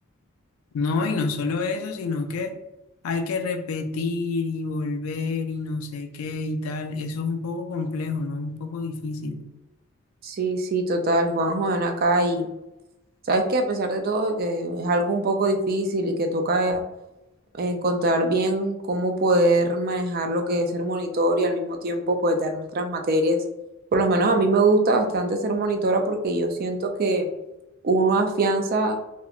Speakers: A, on the left; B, on the right.
A: no, y no solo eso, sino que hay que repetir y volver y no sé qué y tal. Eso es un poco complejo, ¿no? Es un poco difícil.
B: Sí, sí, total, Juanjo, ven acá y sabes que a pesar de todo que es algo un poco difícil y que toca encontrar bien cómo poder manejar lo que es ser monitor y al mismo tiempo pues dar nuestras materias. Por lo menos a mí me gusta bastante ser monitora porque yo siento que uno afianza